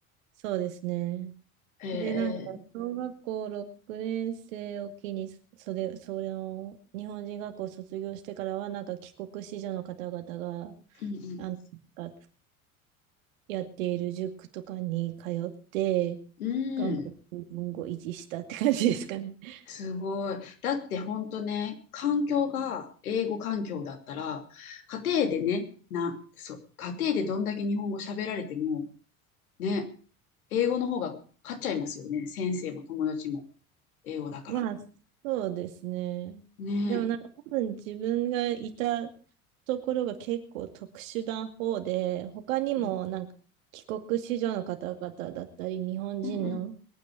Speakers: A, on the right; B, on the left.
A: そうですね。
B: へえ。
A: で、なんか、小学校6年生を機に、それ、それの、日本人学校を卒業してからは、なんか帰国子女の方々が、
B: うん、
A: あの、がやっている塾とかに通って、
B: うん。うーん。
A: 頑張って日本語を維持したって感じですかね。<laughs>
B: すごい。だって本当ね、環境が英語環境だったら、家庭でね、な、そう、家庭でどんだけ日本語喋られても、ね、英語の方が勝っちゃいますよね。先生も友達も英語だから。
A: まあ、そうですね。
B: ね
A: でもなんか多分自分がいたところが結構特殊な方で、他にもなんか帰国子女の方々だったり、
B: え。うん
A: 日本人の、
B: うんうん